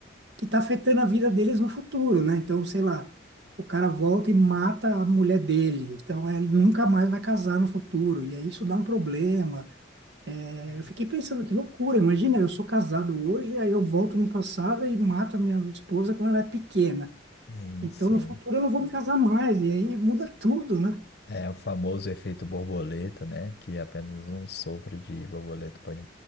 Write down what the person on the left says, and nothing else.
É,
Sim,
sim.
É o famoso efeito borboleta, né? Que apenas um sopro de borboleta pode